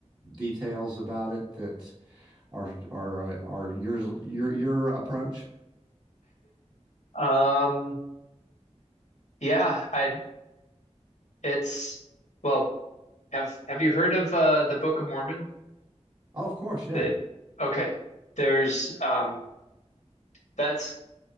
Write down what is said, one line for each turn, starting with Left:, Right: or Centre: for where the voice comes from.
Right: details about it that are are uh, are your your your approach?
Left: <laughs> um, yeah, I it's well, have have you heard of uh, the Book of Mormon?
Right: Oh, of course, yeah.
Left: That okay, there's um, that's